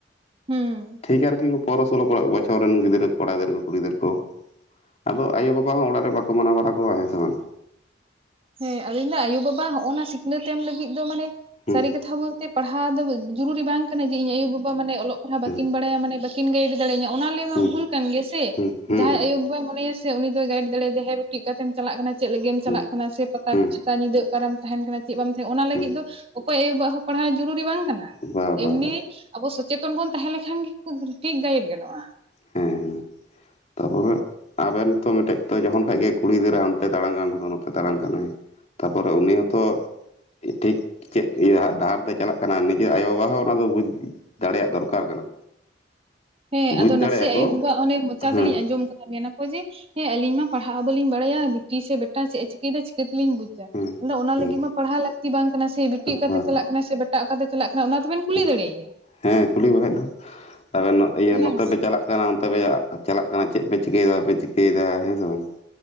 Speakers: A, on the right; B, on the left.
A: ᱦᱩᱸ᱾
B: ᱴᱷᱤᱠ ᱟᱨᱠᱤ ᱯᱚᱨᱚ-ᱥᱳᱞᱳ ᱠᱚᱲᱟᱣᱟᱜ ᱵᱚᱪᱷᱚᱨ ᱨᱮᱱ ᱜᱤᱫᱽᱨᱟ. ᱠᱚᱲᱟ ᱫᱟᱹᱨ, ᱠᱩᱲᱤ ᱫᱟᱹᱨ ᱠᱚ ᱟᱫᱚ ᱟᱭᱳ, ᱵᱟᱵᱟ ᱦᱚᱸ ᱚᱲᱟᱜ ᱨᱮ ᱵᱟᱠᱚ ᱢᱟᱱᱟᱣ ᱰᱟᱲᱟ ᱠᱚᱣᱟ ᱦᱮᱸ ᱥᱮ ᱵᱟᱝ?
A: ᱦᱮᱸ, ᱟᱫᱚᱹᱧ ᱫᱟ ᱟᱭᱳ, ᱵᱟᱵᱟ ᱦᱚᱜᱼᱚᱱᱟ ᱥᱤᱠᱱᱟᱹ ᱛᱮᱢ ᱞᱟᱹᱜᱤᱜ ᱫᱚ ᱢᱟᱱᱮ
B: ᱦᱩᱸ
A: ᱥᱟᱹᱨᱤ ᱠᱟᱛᱷᱟ ᱵᱚᱞᱛᱮ ᱯᱟᱲᱦᱟᱣ ᱫᱚ ᱡᱚᱨᱩᱨᱤ ᱵᱟᱝ ᱠᱟᱱᱟ ᱡᱮ ᱤᱧ ᱟᱭᱩ, ᱵᱟᱵ ᱠᱚᱣᱟ ᱢᱟᱱᱮ ᱚᱞᱚᱜ ᱯᱟᱲᱦᱟᱜ
B: ᱦᱩᱸ
A: ᱵᱟᱠᱤᱱ ᱵᱟᱲᱟᱭᱟ, ᱢᱟᱱᱮ ᱵᱟᱠᱤᱱ ᱜᱟᱭᱤᱰ ᱫᱟᱲᱮᱧᱟᱹ, ᱚᱱᱟ ᱞᱟᱹᱭ ᱢᱟ
B: ᱦᱩᱸ
A: ᱵᱷᱩᱞ ᱠᱟᱱ ᱜᱮᱭᱟ ᱥᱮᱻ
B: ᱦᱩᱸ ᱦᱩᱸ
A: ᱡᱟᱦᱟᱸᱭ ᱟᱭᱳᱵ-ᱵᱟᱭ ᱢᱚᱱᱮᱭᱟᱥ ᱥᱮ ᱩᱱᱤ ᱫᱚᱭ ᱜᱟᱭᱤᱰ ᱫᱟᱲᱮᱭᱫᱮ ᱦᱮ ᱵᱤᱴᱤ ᱚᱠᱟ ᱛᱮᱢ ᱪᱟᱞᱟᱜ ᱠᱟᱱᱟ, ᱪᱮᱜ ᱞᱟᱜᱤᱜ ᱮᱢ
B: ᱦᱩᱸ
A: ᱪᱟᱞᱟᱜ ᱠᱟᱱᱟ ᱥᱮ ᱯᱟᱛᱟ,
B: ᱦᱩᱸ
A: ᱪᱷᱟ- -ᱛᱟ ᱧᱤᱫᱟᱹ ᱚᱠᱟᱨᱮᱢ ᱛᱟᱦᱮᱱ ᱠᱟᱱᱟ? ᱪᱮᱜ ᱵᱟᱢ ᱛᱷᱮ ᱚᱱᱟ
B: ᱦᱩᱸ
A: ᱞᱟᱜᱤᱜ ᱫᱚ, ᱚᱠᱚᱭ ᱟᱭᱳᱵ-ᱵᱟ ᱦᱚ ᱯᱟᱲᱦᱟᱣ ᱡᱚᱨᱩᱨᱤ ᱵᱟᱝ ᱠᱟᱱᱟ,
B: ᱵᱟ ᱵᱟ
A: ᱮᱢᱱᱤ
B: ᱵᱟ
A: ᱟᱵᱚ ᱥᱚᱪᱮᱛᱚᱱ ᱵᱚᱱ ᱛᱟᱦᱮ ᱞᱮᱠᱷᱟᱱ ᱜᱮ, ᱠᱩ ᱜᱨᱤ ᱴᱷᱤᱠ ᱫᱟᱭᱤᱴ ᱜᱟᱱᱚᱜᱼᱟ᱾
B: ᱦᱮᱸ-ᱦᱮᱸ᱾ ᱛᱟᱯᱚᱨᱮᱜ ᱟᱵᱮᱱ ᱛᱚ, ᱢᱮᱴᱮᱡ ᱛᱚ ᱡᱚᱠᱷᱚᱱ ᱠᱷᱟᱡ ᱜᱮ ᱠᱩᱲᱤ ᱫᱟᱹᱨᱟᱜ ᱚᱱᱛᱮ ᱫᱟᱲᱟᱝ ᱠᱟᱱ ᱫᱚ ᱠᱚ ᱱᱚᱛᱮ ᱫᱟᱲᱟᱱ ᱠᱟᱱᱟᱭ! ᱛᱟᱯᱚᱨᱮ ᱩᱱᱤ ᱦᱚᱛᱚ ᱢᱤᱜᱴᱤᱠ ᱪᱮᱜ ᱤᱭᱟᱹ ᱦᱟᱨ ᱰᱟᱦᱟᱨ ᱛᱮ ᱪᱟᱞᱟᱜ ᱠᱟᱱᱟ, ᱱᱤᱡᱮ ᱟᱭᱳ, ᱵᱟᱵᱟ ᱦᱚᱸ ᱚᱱᱟ ᱫᱚ ᱵᱩᱡ ᱫᱟᱲᱮᱭᱟᱜ ᱫᱚᱨᱠᱟᱨ ᱠᱟᱱᱟ᱾
A: ᱦᱮᱸ,
B: ᱵᱩᱡᱽ
A: ᱟᱫᱚ
B: ᱫᱟᱲᱮᱭᱟᱜᱼᱟ
A: ᱱᱟᱥᱮ ᱟᱭᱳ,
B: ᱠᱚ
A: ᱵᱟᱵᱟ ᱚᱱᱮ ᱢᱚᱪᱟ
B: ᱦᱮᱸ
A: ᱛᱮᱞᱤᱧ ᱟᱸᱡᱚᱢ ᱢᱮᱱᱟᱠᱚ ᱡᱮ ᱦᱮᱸ ᱟᱞᱤᱧ ᱢᱟ ᱯᱟᱲᱦᱟᱜ ᱵᱟᱹᱞᱤᱧ ᱵᱟᱲᱟᱭᱟ, ᱵᱤᱴᱤ ᱥᱮ ᱵᱮᱴᱟ ᱪᱮᱜᱼᱮ ᱪᱤᱠᱟᱹᱭᱫᱟ, ᱪᱤᱠᱟᱹ ᱛᱮᱞᱤᱧ ᱵᱩ- -ᱡᱟ,
B: ᱦᱮᱸ
A: ᱫᱟ ᱚᱱᱟ
B: ᱦᱮᱸ
A: ᱞᱟᱹᱜᱤᱫ ᱢᱟ ᱯᱟᱲᱦᱟᱣ ᱞᱟᱹᱠᱛᱤ ᱵᱟᱝ ᱠᱟᱱᱟ ᱥᱮ ᱵᱤᱴᱤ ᱚᱠᱟ
B: ᱵᱟᱝ
A: ᱛᱮ ᱪᱟᱞᱟᱜ ᱠᱟᱱᱟ ᱥᱮ ᱵᱮᱴᱟ ᱚᱠᱟ ᱛᱮ ᱪᱟᱞᱟᱜ ᱠᱟᱱᱟ, ᱚᱱᱟ ᱫᱚᱵᱮᱱ ᱠᱩᱞᱤ
B: ᱦᱮᱸ
A: ᱫᱟᱲᱮᱭᱭᱟ᱾
B: ᱦᱮᱸ, ᱠᱩᱞᱤ ᱵᱟᱠᱟᱡ ᱫᱚ ᱟᱵᱮᱱ ᱱᱚ ᱤᱭᱟᱹ
A: ᱚᱱᱟ
B: ᱱᱚᱛᱮ
A: ᱜᱮᱥᱮ
B: ᱯᱮ ᱪᱟᱞᱟᱜ ᱠᱟᱱᱟ ᱚᱱᱛᱮ ᱯᱮ ᱪᱟᱜ, ᱪᱟᱞᱟᱜ ᱠᱟᱱᱟ ᱪᱮᱜ ᱯᱮ ᱪᱤᱠᱟᱹᱭᱫᱟ, ᱵᱟᱯᱮ ᱪᱤᱠᱟᱹᱭᱫᱟ ᱦᱮᱸ ᱥᱮ ᱵᱟᱝ!